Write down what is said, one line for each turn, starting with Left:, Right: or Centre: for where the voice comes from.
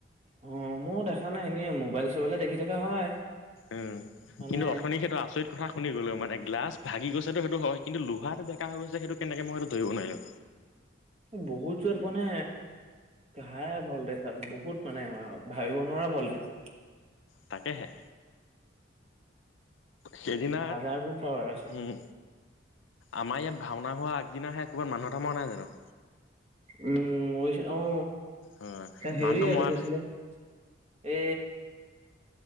Right: অ মইয়ো দেখা নাই এনে মোবাইল চোবাইলে দেখি থকা হয়
Left: উম
Right: মানে
Left: কিন্তু অথনি সেইটো আচৰিত কথা শুনি গ'লো মানে গলাছ ভাগি গৈছেটো সেইটো হয় কিন্তু লোহাটো বেকা হৈ গৈছে সেইটো কেনেকে মই সেটো ধৰিব নোৱাৰিলো
Right: বহুত জোৰত মানে হাই ভল্টেজ আৰু বহুত মানে ভাবিব নোৱাৰা ভল্টেজ
Left: তাকেহে সেইদিন
Right: হাজাৰ গুণ পাৱাৰ আছে
Left: উম আমাৰ ইয়াত ভাওনা হোৱা আগদিনাহে ক'ৰবাত মানুহ এটা মৰা নাই জানো
Right: উম অ
Left: অ
Right: হেৰি
Left: মানুহটো মৰা
Right: আৰু গৈছিলে এ